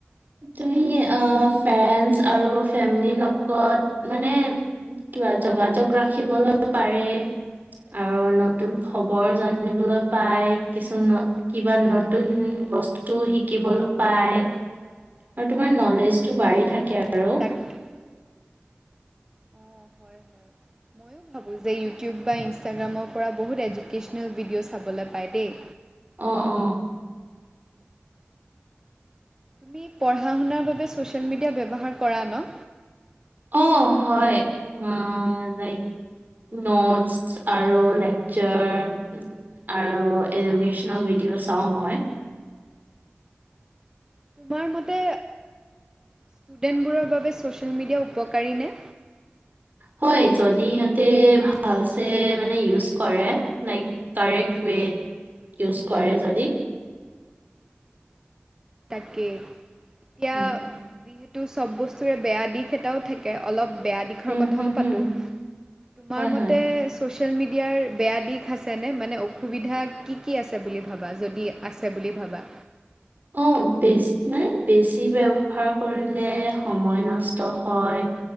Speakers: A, on the right (about 45°); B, on the right (about 15°).
A: তুমি অ ফ্ৰেণ্ডচ আৰু ফেমিলিৰ লগত মানে। কিবা যোগাযোগ ৰাখিবলৈ পাৰে। আৰু নতুন খবৰ জানিবলৈ পাই কিছু। কিবা নতুন বস্তু শিকিবলৈ পায়। আৰু তোমাৰ নলেজটো বাঢ়ি থাকে আৰু।
B: <inaudible> অ' হয় হয়। ময়ো ভাবোঁ যে ইউটিউব বা ইনষ্টাগ্ৰামৰ পৰা বহুত এডুকেশ্যনেল ভিডিঅ' চাবলৈ পায় দেই।
A: অ অ।
B: তুমি পঢ়া শুনাৰ বাবে ছ'চিয়েল মিডিয়া ব্যৱহাৰ কৰা ন।
A: অ' হয় <unintelligible> নটছ আৰু লেকচাৰ। আৰু এডুকেশ্যনেল ভিডিঅ' চাওঁ মই।
B: তোমাৰ মতে ষ্টুডেণ্টবোৰৰ বাবে ছ'চিয়েল মিডিয়া উপকাৰী নে।
A: হয় যদি সিহঁতে ভালচে মানে ইউজ কৰে লাইক। কাৰেক্ট ৱেত ইউজ কৰে যদি।
B: তাকে এতিয়া
A: লাইক
B: যিহেত তু চব বস্তুৰে বেয়া দিশ এটাও থাকে অলপ বেয়া দিশ। শৰ
A: উম,
B: কথাও
A: হুম, হুম,
B: পাতো তোমাৰ
A: হয়,
B: মতে
A: হয়।
B: ছ'চিয়েল মিডিয়াৰ বেয়া দিশ আছেনে মানে অসুবিধা কি কি আছে বুলি ভাবা যদি। আছে বুলি ভাবা।
A: অ' বেছ মানে বেছি ব্যৱহাৰ কৰিলে সময় নষ্ট হয়।